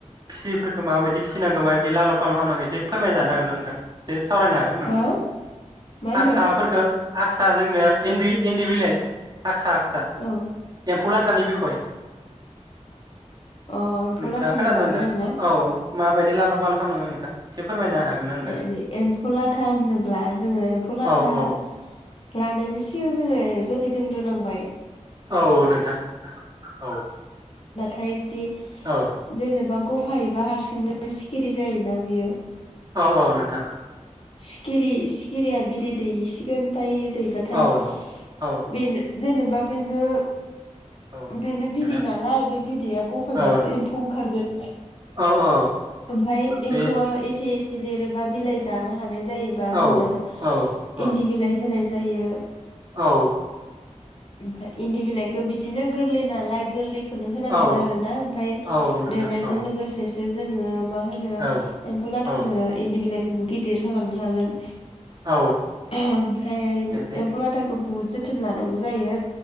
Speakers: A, on the right; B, on the left.
A: फिसिफोरखौ माबायदि फिसिनांगौ माबायदि लाल फाल खालामनांगौ एसे फोरमायना जानो हागोन ना नोंथां? सावरायनो हागोन नोंथां
B: हो मा होनदो
A: हागसाफोरखो आक्सा जोंनाया इन्दि इन्दि बिलाइ आक्सा आक्सा
B: औ
A: एम्फौ लाथा। आक्सानि बिखय
B: अ एम्फौ
A: नोंथाङा
B: लाथानि
A: खोनादोंना
B: बागै
A: नोंथा?
B: आरोना
A: औ माबायदि लालु फाल खालामनांगोन नोंथां? एसे फोरमायनो हागोन ना नोंथां
B: ए-एम्फौ लाथा होनोब्ला जोङो एम्फौ लाथा
A: औ औ
B: लानायनि सिगां जोङो जोलै दोनग्रोनांबाय।
A: औ नोंथां औ।
B: थाय जुदि
A: औ
B: जेनेबा गफ होफायोबा हारसिंनो सिखिरि जायोना बियो।
A: औ औ नोंथां।
B: सिखिरि सिखिरिया बिदै दैसिगोन ओमफाय दैबाथाय
A: औ औ
B: बेनो। जेनेबा बेनो
A: औ
B: बेनो बिदै
A: नोंथां
B: नालाय बे बिदैया गफायबासो
A: औ
B: एम्फौ ओंखारगोन
A: औ औ
B: ओमफाय
A: बे
B: एम्फौआ एसे एसे देरो। बा बिलाइ जा नो हानाय जायोबा
A: औ
B: जोङो
A: औ औ
B: इन्दि बिलाइ होनाय जायो।
A: औ
B: ओमफाय इन्दि बिलाइखौ बिदिनो गोरलै नालाय गोरलै खौनो होनांगोन
A: औ
B: आरोना ओमफ्राय
A: औ नोंथां
B: देरनायजों
A: औ
B: लोगोसे जोङो मा होनो
A: औ
B: एम्फौलाटानो
A: औ
B: इन्दि बिलाइ गिदिर होलांनो हागोन
A: औ
B: ओमफ्राय
A: ओमफ्राय
B: एम्फौ लाथाखौ बहुत जोथोन लानांगौ जायो